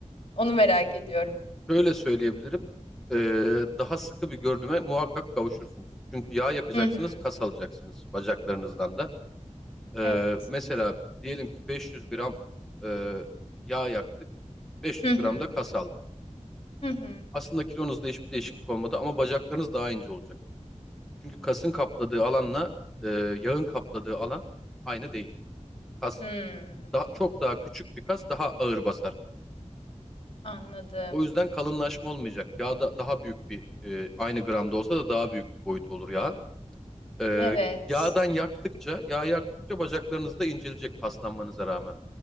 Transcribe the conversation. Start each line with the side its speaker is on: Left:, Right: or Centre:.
Left: onu merak ediyorum.
Centre: Şöyle söyleyebilirim. E, daha sıkı bir görünüme muhakkak kavuşursunuz. Çünkü yağ yakacaksınız,
Left: Hı hı.
Centre: kas alacaksınız bacaklarınızdan da. E,
Left: Evet.
Centre: mesela diyelim ki 500 gram e, yağ yaktık. 500
Left: Hı hı.
Centre: gram da kas aldık.
Left: Hı hı.
Centre: Aslında kilonuzda hiçbir değişiklik olmadı ama bacaklarınız daha ince olacak. Çünkü kasın kapladığı alanla e, yağın kapladığı alan aynı değil. Kas
Left: Hmm.
Centre: daha, çok daha küçük bir kas daha ağır basar.
Left: Anladım.
Centre: O yüzden kalınlaşma olmayacak. Yağ da daha büyük bir e, aynı gramda olsa da daha büyük bir boyut olur yağın. E,
Left: Evet.
Centre: yağdan yaktıkça, yağ yaktıkça bacaklarınız da incelecek paslanmanıza rağmen.